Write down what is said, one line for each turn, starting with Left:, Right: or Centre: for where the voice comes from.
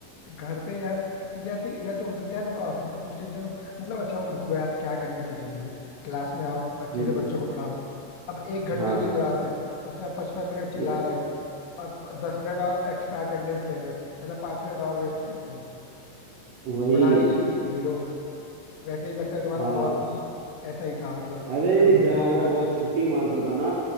Left: घर पे यार या फिर या तो हो सकता है यार उनको ऑफिस का कुछ टेंशन हो मतलब अच्छा उनको यार क्या करना चाहिए जनरली क्लास में आओ अच्छे
Right: हम्म
Left: से बच्चों को पढ़ाओ अब एक घंटे
Right: हाँ
Left: की क्लास है उसमें आप पचपन मिनट चिल्ला
Right: <laughs> वो-
Left: रहे हो और दस मिनट और एक्स्ट्रा अटेंडेंस ले रहे हो मतलब पांच मिनट और वेस्ट कर रहे हो
Right: वही
Left: पढ़ाई जीरो वैसे ही लगता है तुम्हारा
Right: हाँ
Left: बॉस भी ऐसा ही था मतलब
Right: अरे
Left: खड़ूस
Right: जब
Left: एकदम
Right: हमारा बहुत छुट्टी मारता था ना